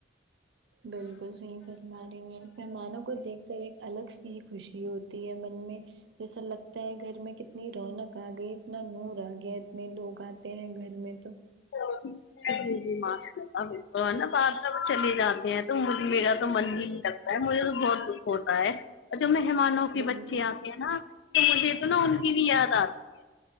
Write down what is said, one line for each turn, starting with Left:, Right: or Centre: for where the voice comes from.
Right: بالکل صحیح فرما رہی ہیں مہمانوں کو دیکھ کر ایک الگ سی خوشی ہوتی ہے من میں جیسا لگتا ہے گھر میں کتنی رونق آ گئی اتنا نور آ گیا اتنے لوگ آتے ہیں گھر میں تو
Left: <unintelligible> جی جی ماشاء اللہ بالکل ہے نا بعد میں چلے جاتے ہیں تو مجھ میرا تو من ہی نہیں لگتا مجھے تو بہت دکھ ہوتا ہے جو مہمانوں کے
Right: بالکل
Left: بچے آتے ہیں نا تو مجھے تو نا ان کی بھی یاد آتی